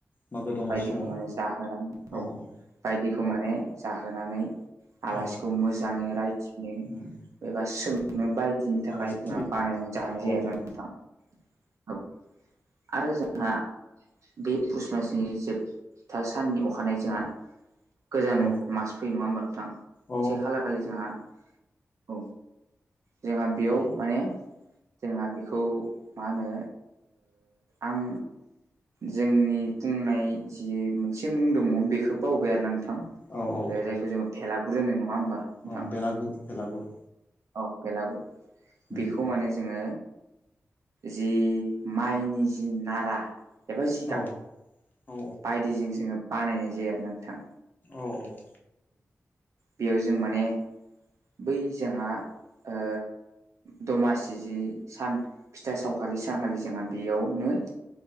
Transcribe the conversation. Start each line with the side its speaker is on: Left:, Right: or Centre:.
Left: मागो दमासि
Right: बायदिखौ
Left: समाव
Right: माने जाहोनानै।
Left: औ औ।
Right: बायदिखौ माने जाहोनानै आलासिखौ
Left: औ
Right: मोजाङै रायथिनो
Left: उम
Right: एबा सोंनो बायदि बिनि थाखाय
Left: आलासि सिबिनायाव
Right: जोंहा बानायनानै जानाय जायो
Left: औ
Right: आरो
Left: औ
Right: ना नोंथां औ आरो जोंहा बे पुस मासनि जोबथा साननि अखानायै जोंहा गोजाम
Left: औ
Right: मास फैयो नङा होमबा नोंथां
Left: औ
Right: से खालार खालि जोंहा। औ जोंहा बेयाव
Left: औ
Right: माने। जोंहा बेखौ मा होनो आं जोंनि बुंनाय जि मोनसे मुं दङ बे बेखौ बावबाय आरो नोंथां
Left: औ
Right: जायखौ जोङो भेलागुरु होनो नङा होमबा? नोंथां
Left: अ बेलागुर बेलागुर
Right: औ बेलागुर बेखौ
Left: उम
Right: माने जोङो। जि माइनि जि नारा एबा जिगाब
Left: औ औ
Right: बायदिजों जोङो बानायनाय जायो आरो नोंथां।
Left: औ औ।
Right: बेयाव जों माने बै जोंहा ओ दमासि जि सान फिथा सावखालि सानखालि जोंहा बेयावनो